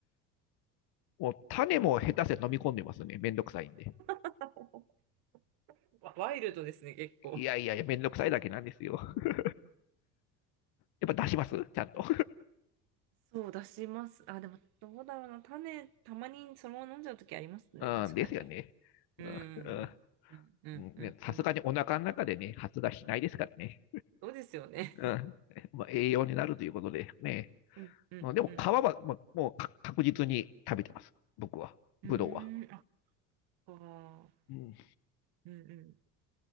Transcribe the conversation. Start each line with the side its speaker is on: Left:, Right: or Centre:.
Left: もう種も下手して飲み込んでますね。めんどくさいんで。
Right: <laughs> ワワイルドですね、結構。
Left: いやいやいや、めんどくさいだけなんですよ。<laughs> やっぱ出しますちゃんと。
Right: そう、出します。あ、でも、どうだろうな。種、たまにそのまま飲んじゃうときありますね、
Left: <laughs> うん、
Right: 確かに。
Left: ですよね。
Right: うん。
Left: うんうん
Right: うんうんうんうん。
Left: ねさすがにお腹の中でね、発芽しないですからね。
Right: そうですよね。
Left: うんまあ、栄養になるということでね。
Right: うんうんうん。
Left: でも皮は、まあもう確実に食べてます。僕は。
Right: うーん、
Left: ブドウは。
Right: あそっか。
Left: うん。
Right: うんうん。